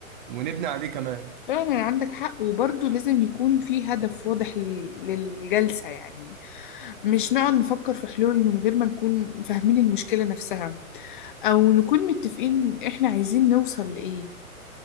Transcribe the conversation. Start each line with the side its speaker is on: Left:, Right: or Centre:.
Right: ونبني عليه كمان
Left: فعلا عندك حق وبرضه لازم يكون في هدف واضح لل- للجلسة يعني مش نقعد نفكر في حلول من غير ما نكون فاهمين المشكلة نفسها أو نكون متفقين إحنا عايزين نوصل لإيه